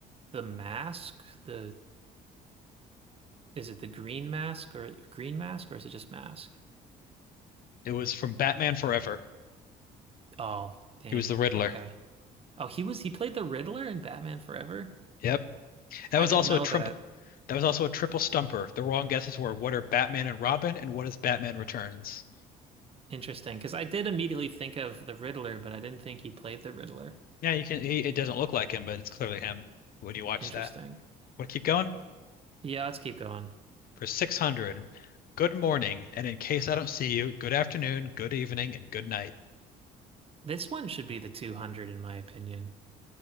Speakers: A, on the right; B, on the left.
A: The mask, the is it the green mask or green mask or is it just mask?
B: It was from Batman Forever.
A: Oh, dang.
B: He was the Riddler.
A: Okay. Oh, he was he played the Riddler in Batman Forever?
B: Yep. That
A: I
B: was
A: didn't
B: also
A: know
B: a triple
A: that.
B: that was also a triple stumper. The wrong guesses were what are Batman and Robin and what is Batman Returns?
A: Interesting, because I did immediately think of the Riddler, but I didn't think he played the Riddler.
B: Yeah, you can he, it doesn't look like him, but it's clearly him when you watch
A: Interesting.
B: that. Want to keep going?
A: Yeah, let's keep going.
B: for 600. Good morning, and in case I don't see you, good afternoon, good evening, and good night.
A: This one should be the 200 in my opinion.